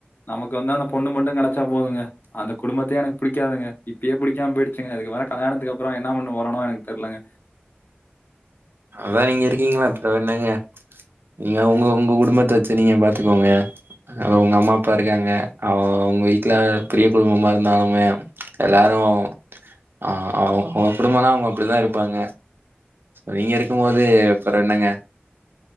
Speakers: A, on the left; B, on the right.
A: நமக்கு வந்து அந்த பொண்ணு மட்டு கெடைச்சா போதுங்க அந்த குடும்பத்தையே எனக்கு புடிக்காதுங்க இப்பயே புடிக்காம போயிடுச்சுங்க அதுக்கு மேல கல்யாணத்துக்கப்றோ என்ன பண்ண போறேனோ எனக்கு தெர்லங்க
B: அதா நீங்க இருக்கீங்கல அப்றோ என்னங்க நீங்க உங்க உங்க குடும்பத்த வச்சு நீங்க பாத்துக்கோங்க அ உங்க அம்மாப்பா இருக்காங்க அவ்ங்க வீட்ல பெரிய குடும்பமா இருந்தாலுமே எல்லாரு ஆ அவ் அவ்ங்க குடும்பனா அவுங்க அப்டிதா இருப்பாங்க நீங்க இருக்கும்போது அப்றோ என்னங்க